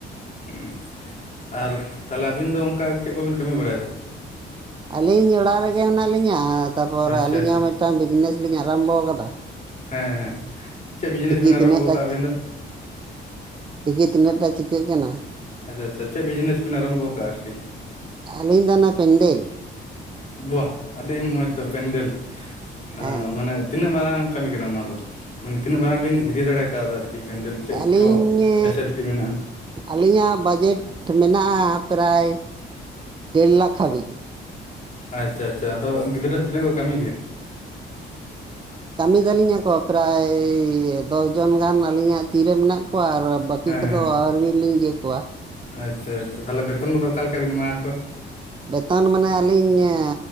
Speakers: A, on the left; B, on the right.
A: ᱦᱩᱸ ᱟᱨ ᱛᱟᱦᱚᱞᱮ ᱟᱵᱤᱱ ᱫᱚ ᱚᱱᱠᱟ ᱪᱮᱫ ᱠᱚᱵᱮᱱ ᱠᱟᱹᱢᱤ ᱵᱟᱲᱟᱭ ᱮᱫᱟ?
B: ᱟᱹᱞᱤᱧ ᱚᱲᱟᱜ ᱨᱮᱜᱮ ᱦᱮᱱᱟᱜ ᱞᱤᱧᱟ, ᱛᱟᱯᱚᱨ
A: ᱟᱪᱪᱷᱟ
B: ᱟᱹᱞᱤᱧ
A: ᱟᱪᱪᱷᱟ
B: ᱦᱚᱸ ᱢᱤᱫᱴᱟᱝ ᱵᱤᱡᱽᱱᱮᱥ ᱞᱤᱧ ᱟᱨᱟᱢᱵᱚ ᱟᱠᱟᱫᱟ᱾
A: ᱦᱮᱸ ᱦᱮᱸ ᱪᱮᱫ ᱵᱤᱡᱽᱱᱮᱥ
B: ᱫᱤᱠᱷᱤ
A: ᱵᱤᱱ ᱟᱨᱟᱢᱵᱚ
B: ᱛᱤᱱᱟᱹᱜ
A: ᱟᱠᱟᱫᱼᱟ
B: ᱴᱟᱜ,
A: ᱟᱹᱵᱤᱱ ᱫᱚ
B: ᱫᱤᱠᱷᱤ ᱛᱤᱱᱟᱹᱜ ᱴᱟᱜ ᱪᱤᱠᱟᱹᱜ ᱠᱟᱱᱟ᱾
A: ᱟᱪᱪᱷᱟ ᱟᱪᱪᱷᱟ, ᱪᱮᱫ ᱵᱤᱡᱽᱱᱮᱥ ᱵᱤᱱ ᱟᱨᱚᱢᱵᱷᱚ ᱟᱠᱟᱜ-ᱟ ᱟᱨ ᱠᱤ?
B: ᱟᱞᱤᱧ ᱫᱚ ᱚᱱᱟ ᱯᱮᱱᱰᱮᱞ,
A: ᱵᱟᱦ! ᱟᱹᱰᱤ ᱢᱚᱸᱡᱽ ᱛᱚ ᱯᱮᱱᱰᱮᱞ ᱟ
B: ᱦᱮᱸ
A: ᱢᱟᱱᱮ ᱛᱤᱱᱟᱹᱜ ᱢᱟᱨᱟᱝ ᱠᱟᱹᱢᱤ ᱠᱟᱱᱟ ᱚᱱᱟ ᱫᱚ? ᱢᱟᱱᱮ ᱛᱤᱱᱟᱹᱜ ᱢᱟᱨᱟᱝ ᱵᱤᱱ ᱤᱫᱤ ᱫᱟᱲᱮ ᱠᱟᱣᱫᱟ ᱟᱨ ᱠᱤ᱾ ᱯᱮᱱᱰᱮᱞ ᱪᱮᱫ
B: ᱟᱹᱞᱤᱧ
A: ᱠᱚ ᱯᱷᱮᱥᱮᱞᱤᱴᱤ ᱢᱮᱱᱟᱜᱼᱟ?
B: ᱟᱹᱞᱤᱧᱟᱜ ᱵᱟᱡᱮᱴ ᱢᱮᱱᱟᱜᱼᱟ ᱯᱨᱟᱭ ᱰᱮᱲ ᱞᱟᱠᱷ ᱦᱟᱹᱵᱤᱡ᱾
A: ᱟᱪᱪᱷᱟ ᱟᱪᱪᱷᱟ ᱟᱫᱚ ᱜᱤᱫᱽᱨᱟᱹ ᱛᱤᱱᱟᱹᱜ ᱠᱚ ᱠᱟᱹᱢᱤ ᱜᱮᱭᱟ?
B: ᱠᱟᱹᱢᱤ ᱛᱟᱞᱤᱧᱟ ᱠᱚ ᱯᱨᱟᱭ ᱫᱚᱥ ᱡᱚᱱ ᱜᱟᱱ ᱟᱹᱞᱤᱧᱟᱜ ᱛᱤᱨᱮ ᱢᱮᱱᱟᱜ ᱠᱚᱣᱟ ᱟᱨ ᱵᱟᱹᱠᱤ
A: ᱦᱮᱸ
B: ᱠᱚᱫᱚ
A: ᱦᱮᱸ
B: ᱟᱣᱨᱤᱞᱤᱧ ᱤᱭᱟᱹ ᱠᱚᱣᱟ᱾
A: ᱟᱪᱪᱷᱟ ᱟᱪᱪᱷᱟ, ᱛᱟᱦᱚᱞᱮ ᱵᱮᱛᱚᱱ ᱠᱚᱫᱚ ᱚᱠᱟᱞᱮᱠᱟ ᱵᱤᱱ ᱮᱢᱟ ᱠᱚᱣᱟ?
B: ᱵᱮᱛᱚᱱ ᱢᱟᱱᱮ ᱟᱹᱞᱤᱧ ᱮ